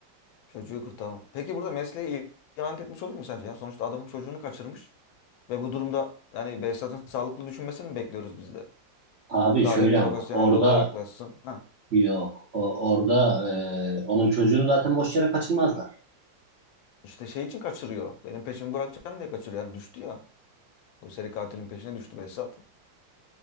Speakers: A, on the left (about 90°); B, on the right (about 55°).
A: Çocuğu kurtarma. Peki burada mesleği ihanet etmiş olur mu sence ya? Sonuçta adamın çocuğunu kaçırmış ve bu durumda yani Behzat'ın sağlıklı düşünmesini mi bekliyoruz biz de?
B: Abi
A: Gayet
B: şöyle
A: profesyonel
B: ama orada
A: olaya yaklaşsın.
B: yok. O, orada e, onun çocuğunu zaten boş yere kaçırmazlar.
A: İşte şey için kaçırıyor. Benim peşimi bırakacaksın diye kaçırıyor. Yani düştü ya. Bu seri katilin peşine düştü Behzat.